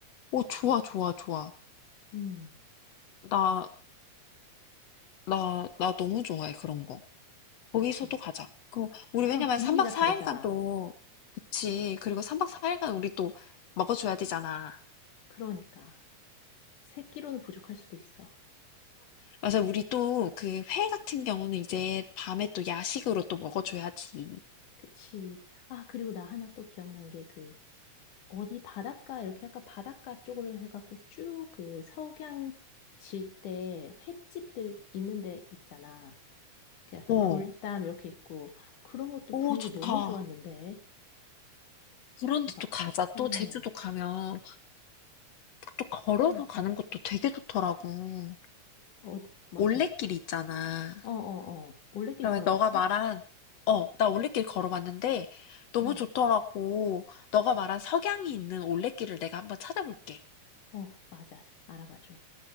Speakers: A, on the left; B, on the left.
A: 어, 좋아, 좋아, 좋아.
B: 음,
A: 나 나, 나 너무 좋아해, 그런 거. 거기서도
B: 그치.
A: 가자. 그, 우리
B: 약간
A: 왜냐면
B: 분위기가
A: 3박 4일간
B: 다르잖아.
A: 또, 그치. 그리고 3박 4일간 우리 또 먹어줘야 되잖아.
B: 그러니까. 세끼로는 부족할 수도 있어.
A: 맞아, 우리 또 그 회 같은 경우는 이제 밤에 또 야식으로 또 먹어줘야지.
B: 그치. 아, 그리고 나 하나 또 기억난 게 그, 어디 바닷가, 이렇게 약간 바닷가 쪽으로 해갖고 쭉 그 석양 질 때 횟집들 있는 데 있잖아. 그 약간
A: 어,
B: 돌담 이렇게 있고, 그런 것도
A: 오,
B: 분위기
A: 좋다.
B: 너무 좋았는데.
A: 그런데
B: 그 막,
A: 또 가자.
B: 할, 어,
A: 또 제주도 가면 또 걸어서
B: 그러니까.
A: 가는 것도 되게 좋더라고.
B: 어, 맞아.
A: 올레길 있잖아.
B: 어, 어, 어. 올레길
A: 그러면
B: 걸어봤어?
A: 너가 말한 어, 나 올레길 걸어봤는데 너무
B: 응.
A: 좋더라고. 너가 말한 석양이 있는 올레길을 내가 한번 찾아볼게.
B: 어, 맞아. 알아봐줘.